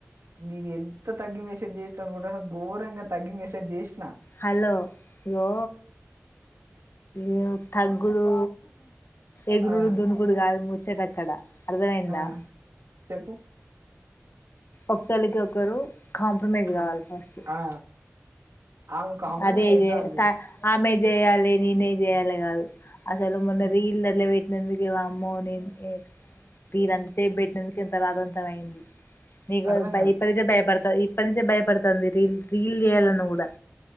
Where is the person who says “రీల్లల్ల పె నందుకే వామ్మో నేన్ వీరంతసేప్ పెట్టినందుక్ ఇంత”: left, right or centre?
Left